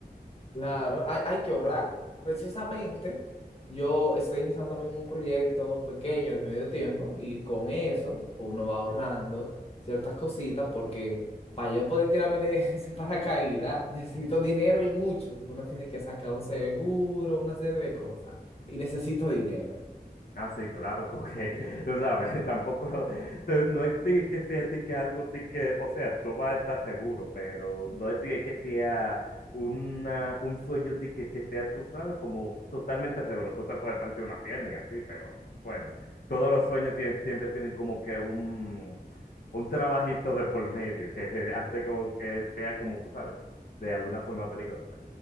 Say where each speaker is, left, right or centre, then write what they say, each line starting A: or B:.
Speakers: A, on the left (about 35°); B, on the left (about 60°).
A: Claro, hay, hay que ahorrar. Precisamente, yo estoy iniciando también un proyecto pequeño de medio tiempo y con eso pues uno va ahorrando ciertas cositas porque para yo poder tirarme de <laughs> ese paracaídas necesito dinero y mucho porque uno tiene que sacar un seguro, una serie de cosas y necesito dinero.
B: Ah, sí, claro, porque <laughs> tú sabes, tampoco, te- no es ti que sea ti que algo, ti que, o sea, tú vas a estar seguro, pero no es ti que sea una, un sueño ti que, que sea, tú sabes, como totalmente seguro. Tú te puedes partir una pierna y así, pero bueno, todos los sueños sie- siempre tienen como que un, un trabajito de por medio que <laughs> hace como que sea como tú sabes, de alguna forma peligrosa.